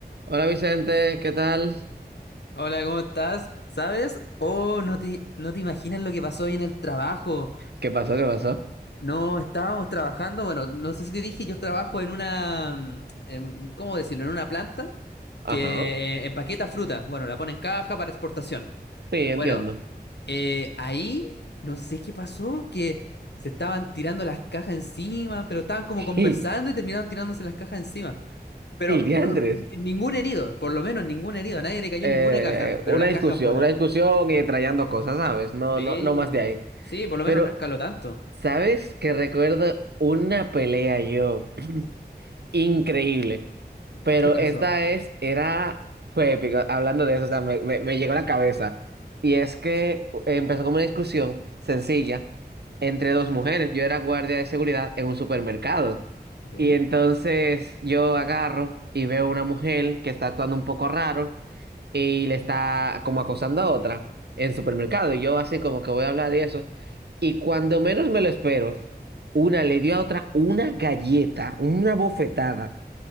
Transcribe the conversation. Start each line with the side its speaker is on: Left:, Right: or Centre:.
Right: Hola Vicente, ¿qué tal?
Left: Hola, ¿cómo estás? ¿Sabes? Oh, no te, no te imaginas lo que pasó hoy en el trabajo.
Right: ¿Qué pasó? ¿Qué pasó?
Left: No, estábamos trabajando, bueno, no sé si te dije, yo trabajo en una, mm, em, ¿cómo decirlo? En una planta
Right: Ajá,
Left: que empaqueta fruta. Bueno, la pone en caja para exportación.
Right: sí,
Left: Bueno,
Right: entiendo.
Left: eh, ahí no sé qué pasó, que se estaban tirando las cajas encima, pero estaban como
Right: <laughs>
Left: conversando y terminaron tirándose las cajas encima. Pero
Right: Diantres.
Left: no- no- ningún herido, por lo menos ningún herido, a nadie le cayó
Right: Eh,
Left: ninguna caja, pero
Right: una
Left: las
Right: discusión,
Left: cajas volaron.
Right: una discusión y trayendo cosas, ¿sabes? No,
Left: Sí,
Right: no, no más de ahí.
Left: sí, por lo menos
Right: Pero,
Left: no escaló tanto.
Right: ¿sabes que recuerdo una pelea yo? <clears throat> Increíble. Pero
Left: ¿Qué pasó?
Right: esta es, era, fue épico, hablando de eso, o sea, me, me, me llegó a la cabeza. Y es que empezó como una discusión sencilla entre dos mujeres. Yo era guardia de seguridad en un supermercado.
Left: Ok,
Right: Y entonces yo agarro y veo una mujer que está actuando un poco raro y le está como acosando a otra en supermercado. Y yo así como que voy a hablar de eso. Y cuando menos me lo espero, una le dio a otra una galleta, una bofetada